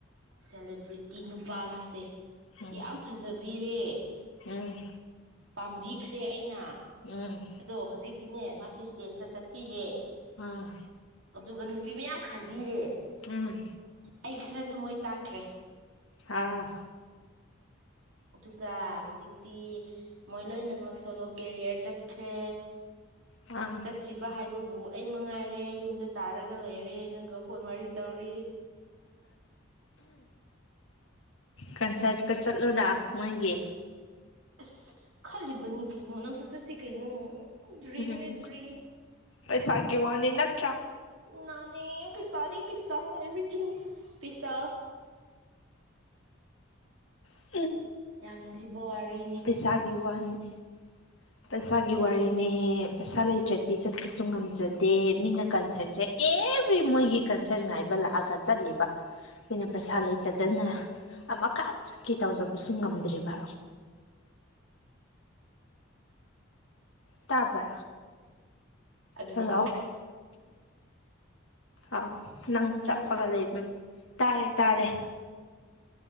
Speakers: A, on the right; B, on the left.
A: ꯁꯦꯂꯤꯦꯕ꯭ꯔꯤ ꯀꯤ ꯅꯨꯄꯥ ꯑꯃꯁꯦ
B: ꯎꯝ
A: ꯌꯥꯝ ꯐꯖꯕꯤꯔꯦ
B: ꯎꯝ
A: ꯄꯥꯝꯕꯤꯈ꯭ꯔꯦ ꯑꯩꯅ
B: ꯎꯝ
A: ꯑꯗꯣ ꯍꯧꯖꯤꯛꯇꯤꯅꯦ ꯃꯥꯁꯦ ꯏꯁꯇꯦꯖꯇ ꯆꯠꯄꯤꯔꯦ
B: ꯎꯝ ꯑꯥ
A: ꯑꯗꯨꯒꯅꯤ ꯅꯨꯄꯤ ꯃꯌꯥꯝ ꯈꯥꯏꯕꯤꯔꯦ
B: ꯎꯝ
A: ꯑꯩ ꯈꯔ ꯊ ꯃꯣꯏ ꯆꯥꯛꯈ꯭ꯔꯦ
B: ꯍꯥꯥ
A: ꯑꯗꯨꯒ ꯍꯧꯖꯤꯛꯇꯤ ꯃꯣꯏ ꯂꯣꯏꯅꯃꯛ ꯁꯦ ꯂꯣꯀꯦꯔꯤꯌꯔ ꯆꯠ ꯈꯦ
B: ꯑꯥ
A: ꯆꯠꯇ꯭ꯔꯤꯕ ꯍꯥꯏꯕꯕꯨ ꯑꯩ ꯃꯉꯥꯏꯔꯦ ꯌꯨꯝꯗ ꯇꯥꯔꯒ ꯂꯩꯔꯦ ꯅꯪꯒ ꯐꯣꯟ ꯋꯥꯔꯤ ꯇꯧꯔꯤ
B: ꯀꯟꯁ꯭ꯔꯠꯀ ꯆꯠꯂꯨꯨꯔ ꯃꯥꯡꯒꯤ
A: ꯑꯁ ꯈꯜꯂꯤꯕꯅꯤ ꯀꯩꯅꯣ ꯅꯪꯁꯨ ꯆꯠꯁꯤ ꯀꯩꯅꯣ ꯗ꯭ꯔꯤꯝꯅꯦ
B: ꯎꯝ
A: ꯗ꯭ꯔꯤꯝ
B: ꯄꯩꯁꯥꯒꯤ ꯋꯥꯅꯦ ꯅꯠ
A: ꯅꯅꯦ ꯄꯁꯥ ꯄꯁꯥ ꯑꯦꯕꯤ ꯆꯖ ꯄꯤꯁꯥ
B: ꯎ
A: ꯌꯥꯝ ꯅꯨꯡꯁꯤꯕ ꯋꯥꯔꯤ
B: ꯄꯩꯁꯥꯒꯤ ꯋꯥꯅꯤ ꯎ ꯄꯩꯁꯥꯒꯤ
A: ꯑꯗꯨꯅꯤ
B: ꯋꯥꯔꯤꯅꯤ ꯄꯩꯁꯥ ꯂꯩꯇ꯭ꯔꯗꯤ ꯆꯠꯄꯁꯨ ꯉꯝꯖꯗꯦ ꯃꯤꯅ ꯀꯟꯁꯔꯠꯁꯦ ꯑꯦꯕ꯭ꯔꯤ ꯃꯣꯏꯒꯤ ꯀꯟꯁꯔꯠ ꯉꯥꯏꯕ ꯂꯥꯛꯑꯒ ꯆꯠꯂꯤꯕ ꯑꯩꯈꯣꯏꯅ ꯄꯩꯁꯥ ꯂꯩꯇꯗꯅ ꯑꯃꯈꯛ ꯆꯠꯀꯦ ꯇꯧꯖꯕꯁꯨ ꯉꯝꯗ꯭ꯔꯤꯕ ꯇꯥꯕ
A: ꯑꯗꯨꯅꯤ
B: ꯍꯜꯂꯣ ꯑꯥ ꯅꯪ ꯆꯄꯒꯗꯩ
A: ꯇꯥꯗꯕ
B: ꯇꯥꯔꯦ ꯇꯥꯔꯦ